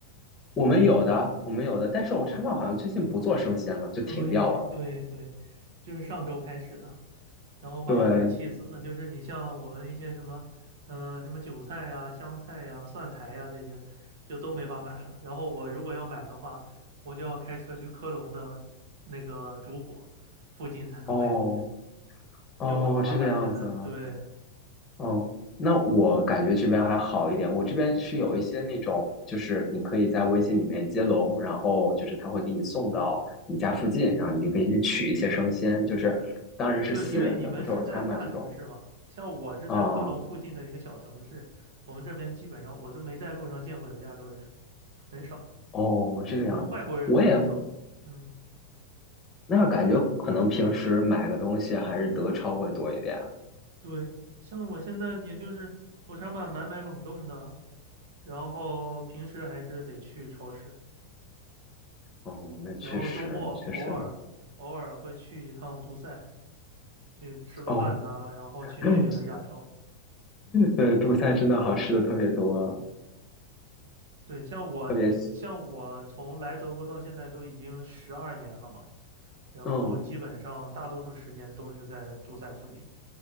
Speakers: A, on the left; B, on the right.
A: 我们有的我们有的，但是我超到好像最近不做生鲜了，就停掉了。
B: 对对对，就是上周开始的，然后把我给气死了。
A: 对，
B: 就是你像我们一些什么，呃，什么韭菜呀、香菜呀、蒜苔呀这些，就都没法买了。然后我如果要买的话，我就要开车去科隆的那个烛火附近才能买，
A: 哦哦，
B: 就很麻烦。
A: 这个样子啊，
B: 现在对，
A: 哦，那我感觉这边还好一点。我这边是有一些那种，就是你可以在微信里面接龙，然后就是他会给你送到你家附近，然后你就可以去取一些生鲜，就是当然是私人的，
B: 对，因为你们是在大城市嘛，
A: 不是有餐嘛这种。
B: 像我是在科隆附近的一个小城市，
A: 啊，
B: 我们这边基本上我就没在路上见过有亚洲人，很少，
A: 哦，这个样子，
B: 对，外国人都很少。
A: 我也
B: 嗯，
A: 那感觉可能平时买个东西还是德超会多一点。
B: 对，像我现在也就是我常买买买冷冻的，然后平时还是得去超市，
A: 哦，那确实确实，
B: 然后周末偶尔偶尔会去一趟杜塞，去吃个饭呐、
A: 哦，
B: 然后去那边的亚超。
A: <laughs> 对，杜塞真的好吃的特别多，
B: 对，像我，
A: 特别，
B: 像我从来德国到现在都已经十二年了嘛，然后基本上大多数时间都是在杜塞附近，
A: 嗯，